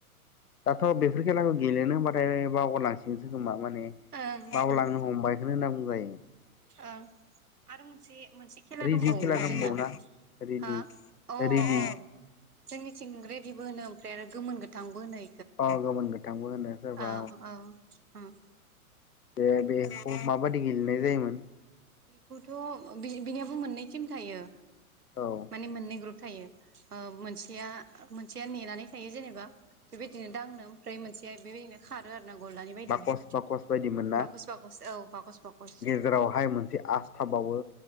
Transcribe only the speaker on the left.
दाथ' बेफोर खेलाखौ गेलेनो होमबाथाय बावगारलांसिगोनसो खोमा माने
बावलांनो हमबाय होनो होनना बुंजायो
रेदि
खेला दंबावोना
रेदि
रेदि
अ गोमोन गोथांबो होनो सोरबा
बे बेखौ माबादि गेलेनाय जायोमोन?
औ
बाकस बाकस बायदिमोन
जेरावहाय मोनसे आस थाबावो।